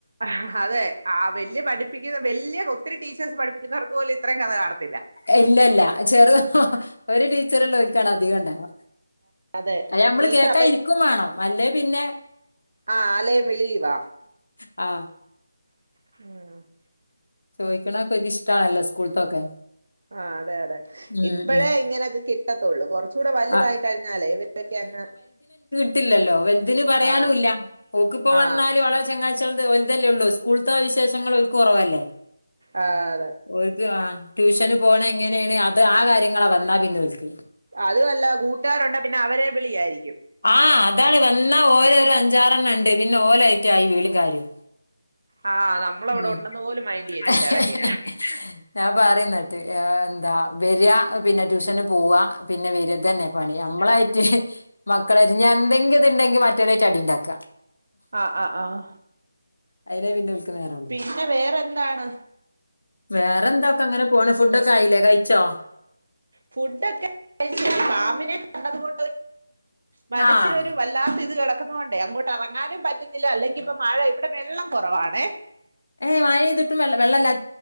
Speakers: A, on the right; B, on the left.
A: ആ ഹാ ഹ തെ ആ വല്യ പഠിപ്പിക്കുന്ന വല്യ ഒത്തിരി ടീച്ചേഴസ് പഠിപ്പിക്കുന്നവർക്ക് പോലും ഇത്രയും കഥ കാണത്തില്ല
B: എ ഇല്ല ഇല്ല ചെറു ഹു
A: ആ
B: ഹു ഒരു ടീച്ചർ ഉള്ള ഒര്ക്കാണ് അധികം ണ്ടാവാ.
A: അതെ
B: ഐ ഞമ്മള്
A: ടീച്ചർ
B: കേക്കാ ഇരിക്കും വേണം അല്ലേ പിന്നെ
A: ആഹ് അലെ വിളിവാ
B: ആ
A: മ്
B: ചോയ്ക്ക്ണോക്കെ ഓൽക് ഇഷ്ടണല്ലോ സ്കൂൾത്തൊക്കെ.
A: ആ അതെ അതെ
B: ഉം
A: ഇപ്പഴേ
B: ഉം
A: ഇങ്ങനോക്കെ കിട്ടത്തുള്ളൂ കൊറച്ച് ചൂടെ വലുതായി
B: ആ
A: കഴിഞ്ഞാലേ ഇവര് ടൊക്കെ അങ്ങ്
B: ല്ലല്ലോ വെൽതിന് പറയാനുല്ല
A: ആ
B: ഓക്ക് പ്പോ
A: ആ
B: വന്നാലും ഓളെ ചങ്ങായ് ചൊൽത് ഓൽതല്ലേ ള്ളൂ സ്കൂൾത്തെ വിശേഷങ്ങള്‌ ഓൽക്ക് കൊറവല്ലേ
A: ആ അതെ
B: ഓൽക് ആ ട്യൂഷന് പോണ എങ്ങനെണ് അത് ആ കാര്യങ്ങളാ വന്നാ പിന്നെ ഓൽക്.
A: അതു അല്ല കൂട്ടാരുണ്ടെ പിന്നെ അവരെ വിളിയ യി.
B: ആഹ അതാണ് വന്നാ ഓരോരോ അഞ്ചാറെണ്ണ ണ്ട് പിന്നെ ഓലായിറ്റ ആയി വീളീം കാര്യും.
A: ആ നമ്മളവിടെ
B: മ്
A: ഉണ്ടെന്ന് പോലും മൈൻഡ് ചെയ്യത്തില്ല
B: എ ഹെ
A: ഇടക്ക്
B: എ ഹെ എ ഞാൻ പറയുന്നിട്ട് ആ എന്താ വരാ പിന്നെ ട്യൂഷന് പോവ പിന്നെ വരാ ദന്നെ പണി നമ്മളായിട്ട് മക്കള എന്തെങ്കിലുതുണ്ടെങ്ക മറ്റവരായിട്ടടിണ്ടാക്കാ
A: ആ ആ ആഹ്
B: അയിനെ പിന്നെ നേരമുള്ളൂ
A: പിന്നെ വേറെ എന്താണ്
B: വേറെ എന്താ ഒക്കെ അങ്ങനെ പോണ് ഫുഡൊക്കെ ആയില്ലേ കഴിച്ചോ
A: ഫുടൊക്കെ കയിച് പാമ്പിനെ നെ കണ്ടത് കൊണ്ട് മനസ്സിലൊരു
B: ആഹ്
A: വല്ലാത്ത ഇത് കട <unintelligible> ണ്ടേ അങ്ങോട്ട് ഇറങ്ങാനും പറ്റുന്നില്ല അല്ലെങ്കി ഇപ്പൊ മഴ ഇവിടെ വെള്ളം കുറവാണേ
B: ഏ് മഴയ്‌തുട്ടും വെള്ള വെള്ളല്ലാ